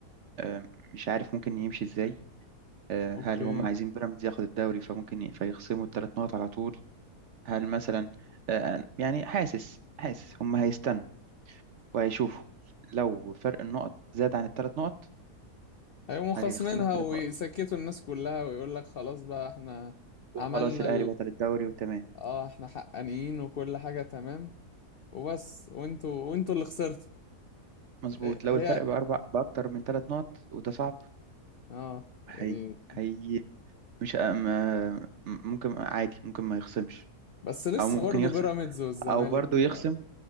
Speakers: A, on the right; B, on the left.
A: آه مش عارف ممكن يمشي إزاي آه
B: اوكي
A: هل هم عايزين بيراميدز ياخد الدوري فممكن ي- فيخصموا الثلاث نقط على طول هل مثلا آه يعني حاسس حاسس هم هيستنوا وهيشوفوا لو فرق النقط زاد عن الثلاث نقط
B: هيقوموا خاصمينها
A: هيخصموا الثلاث
B: ويسكتوا
A: نقط
B: الناس كلها ويقول لك خلاص بقى احنا
A: وخلاص
B: عملنا
A: الأهلي بطل الدوري وتمام
B: اه احنا حقانيين وكل حاجة تمام وبس وانتوا وانتوا اللي خسرتوا
A: مظبوط
B: إيه-
A: لو
B: هي
A: الفرق بأربع بأكتر من ثلاث نقط وده صعب
B: اه
A: هي
B: يعني
A: هي مش ما- ممكن عادي ممكن ما يخصمش
B: بس لسه
A: أو ممكن
B: برضه
A: يخصم
B: بيراميدز والزمالك
A: أو برضو يخصم
B: ف...